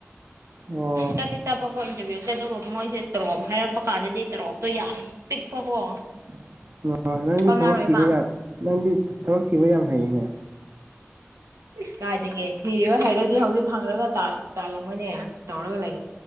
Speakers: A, on the right (about 45°); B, on the right (about 85°).
A: ꯑꯣ
B: ꯆꯠꯇꯤ ꯆꯠꯄ ꯀꯣ ꯏꯟꯇꯔꯚꯤꯌꯨꯖꯦ ꯑꯗꯨꯕꯨ ꯃꯣꯏꯖꯦ ꯇꯣꯔꯣꯞ ꯍꯥꯏꯔꯛꯄ ꯀꯥꯟꯗꯗꯤ ꯇꯣꯔꯣꯞꯇꯣ ꯌꯥꯝ ꯄꯤꯛꯄꯀꯣ꯫
A: <unintelligible> ꯅꯪꯗꯤ
B: ꯀꯣꯟꯅꯔꯣꯏꯕ
A: ꯊꯕꯛ ꯊꯤꯕ ꯌꯥꯝ ꯅꯪꯗꯤ ꯊꯕꯛ ꯊꯤꯕ ꯌꯥꯝ ꯍꯩꯅꯦ꯫
B: ꯏꯁ ꯀꯥꯏꯗꯒꯤ ꯊꯤ ꯍꯥꯏꯔꯗꯤ ꯍꯧꯖꯤꯛ ꯐꯪꯈ꯭ꯔꯒ ꯇꯥ ꯇꯥꯜꯂꯝꯃꯅꯤ ꯇꯧꯔꯒ ꯂꯩ